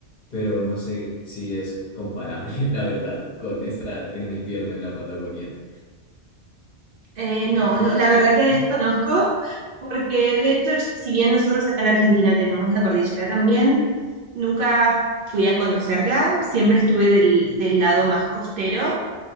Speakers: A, on the left; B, on the right.
A: pero no sé si es comparable, <laughs> la verdad, con estar en un invierno en la Patagonia.
B: Eh, no,
A: Eh,
B: no, la verdad que desconozco, porque de hecho, si bien nosotros acá en Argentina tenemos la cordillera también, nunca fui a conocerla, siempre estuve del, del lado más costero